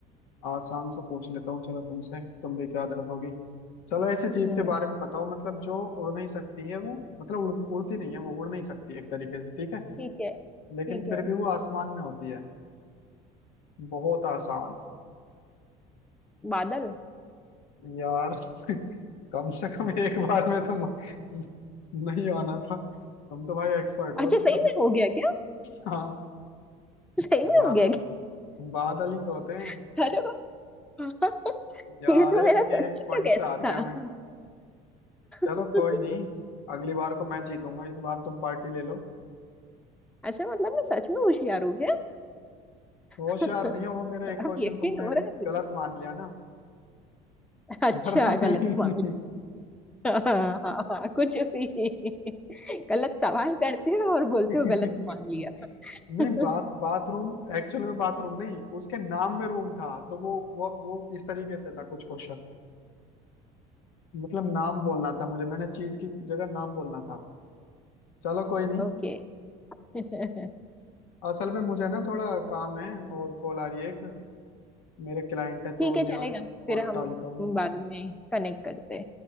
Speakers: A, on the left; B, in the centre.
A: आसान सा पूछ लेता हूँ चलो तुमसे तुम भी क्या रखोगी चलो ऐसी चीज
B: हम्म
A: के बारे में बताओ मतलब जो उड़ नहीं सकती है वो मतलब उड़, उड़ती नहीं है वो उड़ नहीं सकती एक तरीके से ठीक है
B: ठीक है ठीक
A: लेकिन फिर
B: है
A: भी वो आसमान में होती है बहुत आसान
B: बादल
A: यार <laughs> कम से कम एक बार में तो म- नहीं आना था तुम तो भाई एक्सपर्ट हो
B: अच्छा सही
A: मतलब
B: में हो गया क्या
A: हाँ
B: <laughs> सही
A: बा,
B: में हो गया क्या
A: बादल ही तो होते हैं
B: <laughs> अरे वाह <laughs>
A: यार
B: ये तो
A: एक
B: मेरा सच
A: एक पॉइंट
B: का guess
A: से हार गया
B: था
A: मैं। चलो
B: <laughs>
A: कोई नहीं अगली बार को मैं जीतूंगा इस बार तुम पार्टी ले लो
B: अच्छा मतलब मैं सच में होशियार हूँ क्या
A: होशियार
B: <laughs>
A: नहीं हो वो मेरा एक
B: अब
A: क्वेश्चन
B: यकीन
A: तुमने
B: हो रहा है मुझे
A: गलत मान लिया ना
B: <laughs> अच्छा
A: वरना मैं
B: गलत मान लिया। <laughs> हाँ हाँ हाँ, कुछ भी <laughs> गलत सवाल करते हो और बोलते
A: <laughs>
B: हो गलत मान लिया
A: नहीं
B: <laughs>
A: बात बाथरूम एक्चुअल में बाथरूम नहीं उसके नाम में रूम था तो वो वो वो इस तरीके से था कुछ क्वेश्चन मतलब नाम बोलना था मुझे मैंने चीज की जगह नाम बोलना था चलो कोई नहीं
B: ओके <laughs> ठीक
A: असल में मुझे ना थोड़ा काम है और कॉल आ रही है एक मेरे क्लाइंट है तो
B: है चलेगा
A: यार कॉल
B: फिर
A: उठा
B: हम
A: लेता हूँ
B: बाद में कनेक्ट करते